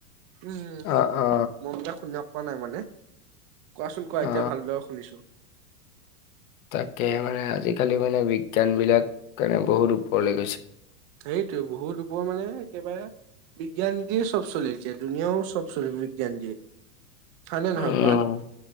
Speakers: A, on the right; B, on the left.
A: উম
B: অ অ
A: মই মানে শুনিব পৰা নাই মানে, কোৱাচোন কোৱা
B: অ
A: এতিয়া ভালদৰে শুনিছো
B: তাকে মানে আজিকালি মানে বিজ্ঞান বিলাক কে বহুত ওপৰলে গৈছে
A: সেইটোৱে বহুত ওপৰ মানে একেবাৰে বিজ্ঞানতিয়ে চব চলে এতিয়া ধুনীয়াও <unintelligible> বিজ্ঞান হয় নে
B: উম
A: নহয় কোৱা